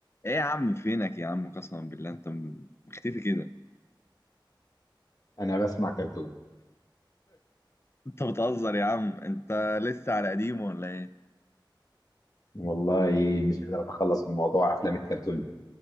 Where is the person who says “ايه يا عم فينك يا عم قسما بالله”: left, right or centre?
Left